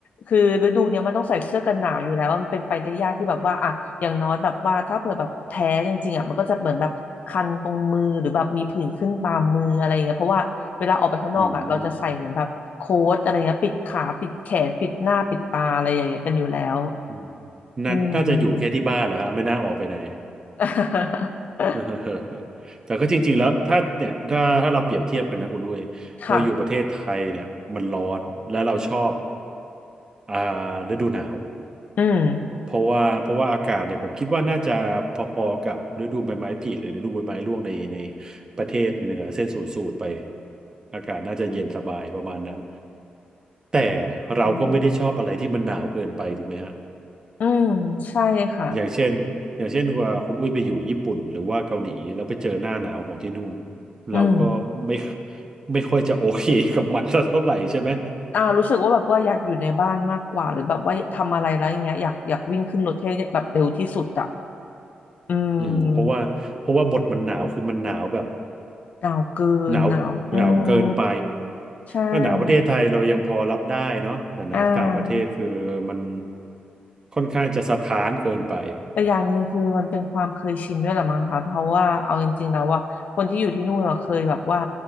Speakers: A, on the left (about 55°); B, on the right (about 25°).
A: คือฤดูเนี้ยมันต้องใส่เสื้อกันหนาวอยู่แล้วมันเป็นไปได้ยากที่แบบว่าอ่ะอย่างน้อยแบบว่าถ้าเผื่อแบบแพ้จริงๆอ่ะมันก็จะเหมือนแบบคันตรงมือหรือแบบมีผื่นขึ้นตามมืออะไรอย่างเงี้ยเพราะว่าเวลาออกไปข้างนอกอ่ะเราจะใส่เหมือนแบบโค้ทอะไรเงี้ยปิดขาปิดแขนปิดหน้าปิดตาอะไรอย่างเงี้ยกันอยู่แล้ว
B: อืม อืม
A: อืม
B: นั่นน่าจะอยู่แค่ที่บ้านแหล้วฮะไม่น่าออกไปไหน
A: <laughs>
B: <laughs> แต่ก็จริงๆแล้วถ้าเนี่ยถ้าถ้าเราเปรียบเทียบกันนะคุณด้วยเราอยู่ประเทศไทยเนี่ยมันร้อนและเราชอบ
A: ค่ะ
B: อ่าฤดูหนาว
A: อืม
B: เพราะว่าเพราะว่าอากาศเนี่ยผมคิดว่าน่าจะพอๆกับฤดูใบไม้ผลิหรือฤดูใบไม้ร่วงในในประเทศเหนือเส้นศูนย์สูตรไปอากาศน่าจะเย็นสบายประมาณนั้นแต่เราก็ไม่ได้ชอบอะไรที่มันหนาวเกินไปถูกไหมฮะ
A: อืม อืมใช่ค่ะ
B: อย่างเช่นอย่างเช่นว่าคุณอุ้ยไปอยู่ญี่ปุ่นหรือว่าเกาหลีแล้วไปเจอหน้าหนาวของที่นู่น
A: อืม
B: เราก็ไม่ไม่ค่อยจะโอเคกับมันสักเท่าไหร่ใช่ไหม
A: อ่ารู้สึกว่าแบบว่าอยากอยู่ในบ้านมากกว่าหรือแบบว่าทำอะไรแล้วอย่างเงี้ยอยากอยากวิ่งขึ้นรถให้แบบเร็วที่สุดอะอืม
B: อืมเพราะว่าเพราะว่าบทมันหนาวคือมันหนาวแบบ
A: หนาวเกินหนาวอืม
B: หนาวหนาวเกินไป
A: ใช่
B: ถ้าหนาวประเทศไทยเรายังพอรับได้เนาะแต่หนาวต่างประเทศคือมัน
A: อ่า
B: ค่อนข้างจะสถานเกินไป
A: แต่อย่างหนึ่งคือมันเป็นความเคยชินด้วยแหละมั้งคะเพราะว่าเอาจริงๆแล้วว่าคนที่อยู่ที่นู่นเราเคยแบบว่า